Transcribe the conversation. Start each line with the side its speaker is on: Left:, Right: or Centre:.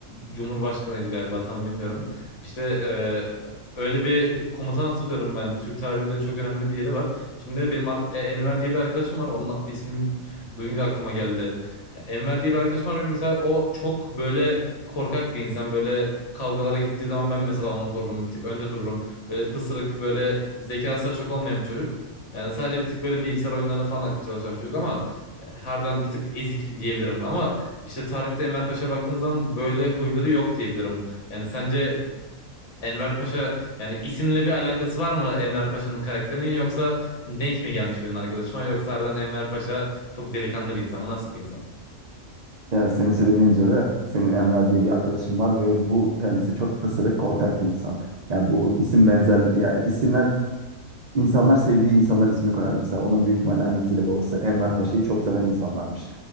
Left: Cumhurbaşkanıydı galiba tam bilmiyorum. İşte e, öyle bir komutan hatırlıyorum ben. Türk tarihinde çok önemli bir yeri var. Şimdi benim ar- e, Enver diye bir arkadaşım var. Onun ismini duyunca aklıma geldi. Ya, Enver diye bir arkadaşım var. Benim mesela o çok böyle korkak bir insan. Böyle kavgalara gittiği zaman ben mesela onu korurum. Bir tık önde dururum. Böyle pısırık, böyle zekası da çok olmayan bir çocuk. Yani sadece bir tık böyle bilgisayar oyunlarına falan aklı çalışan bir çocuk ama e, harbiden bir tık ezik diyebilirim. Ama işte tarihte Enver Paşa'ya baktığımız zaman böyle huyları yok diyebilirim. Yani sence Enver Paşa yani isimle bir alakası var mı Enver Paşa'nın karakterinin yoksa denk mi gelmiş benim arkadaşıma yoksa harbiden Enver Paşa çok delikanlı bir insan mı nasıl bir insan?
Right: Ya senin söylediğin üzere senin Enver diye bir arkadaşım var ve bu kendisi çok pısırık, korkak bir insan. Ya bu isim benzer ya isimler İnsanlar sevdiği insanların ismini koyar mesela. Onun büyük ihtimalle annesiyle babası Enver Paşa'yı çok seven insanlarmış.